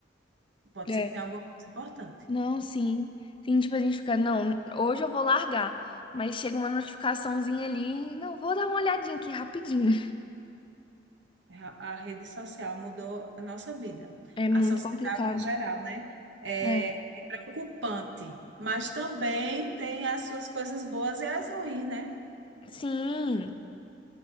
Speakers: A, on the right; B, on the left.
A: pode
B: É.
A: ser que tenha alguma coisa importante.
B: Não, sim. Sim, tipo, a gente fica, não, hoje eu vou largar. Mas chega uma notificaçãozinha ali, não, vou dar uma olhadinha aqui rapidinho.
A: A a rede social mudou a nossa vida,
B: É muito
A: a sociedade
B: complicado.
A: no geral, né? É,
B: É.
A: é preocupante, mas também tem as suas coisas boas e as ruins, né?
B: Sim.